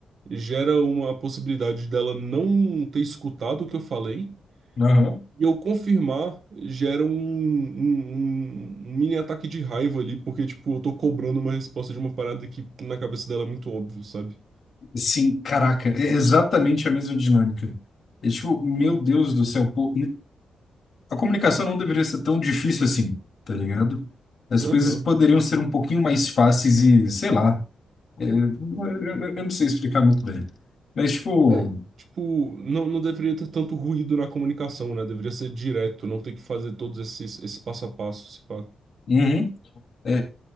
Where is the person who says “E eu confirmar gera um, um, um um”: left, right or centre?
Right